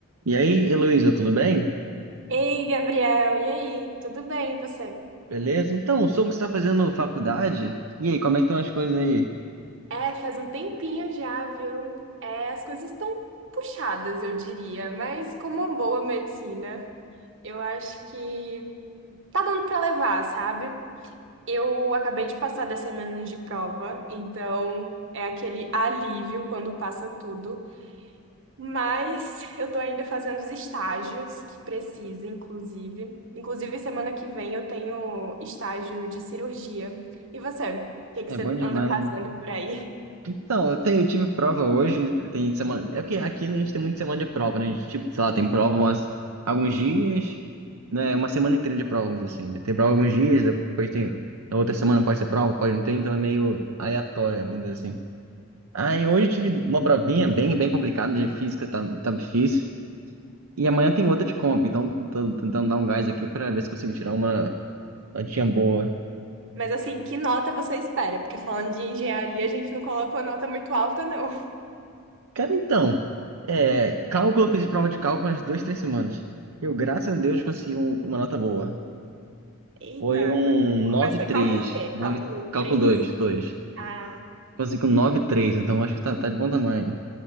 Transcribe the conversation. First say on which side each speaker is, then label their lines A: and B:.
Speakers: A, on the right; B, on the right.
A: E aí, Heloísa, tudo bem?
B: Ei, Gabriel, e aí? Tudo bem, e você?
A: Beleza? Então, eu soube que você está fazendo faculdade. E aí, como é que estão as coisas aí?
B: É, faz um tempinho já, viu? É, as coisas estão puxadas, eu diria, mas como uma boa medicina, eu acho que tá dando pra levar, sabe? Eu acabei de passar das semanas de prova, então é aquele alívio quando passa tudo. Mas eu tô ainda fazendo os estágios que precisa, inclusive. Inclusive, semana que vem eu tenho estágio de cirurgia. E você? O que que
A: É
B: você
A: bom demais,
B: anda fazendo
A: né?
B: por aí?
A: Então, eu tenho, eu tive prova hoje, tem semana. É porque aqui a gente tem muita semana de prova, né? A gente, tipo, sei lá, tem prova umas, alguns dias, né? Uma semana inteira de prova, vamos dizer assim. né? Tem prova alguns dias, depois tem. Na outra semana pode ter prova, pode não ter, então é meio aleatória, vamos dizer assim. Aí hoje
B: <laughs> Sim.
A: eu tive uma provinha bem, bem complicada de física, tá, tá difícil. E amanhã tem outra de comp, então tô tentando dar um gás aqui pra ver se consigo tirar uma notinha boa.
B: Mas assim, que nota você espera? Porque falando de engenharia, a gente não coloca uma nota muito alta, não.
A: Cara, então, é, cálculo, eu fiz prova de cálculo umas duas, três semanas. Eu, graças a Deus, consegui um- uma nota boa.
B: Eita,
A: Foi um
B: coisa.
A: nove
B: Mas foi
A: vírgula três
B: cálculo o quê? Cálculo
A: nove cálculo
B: 3?
A: 2 2.
B: Ah,
A: Consegui um nove vírgula três, então acho que tá, tá de bom tamanho.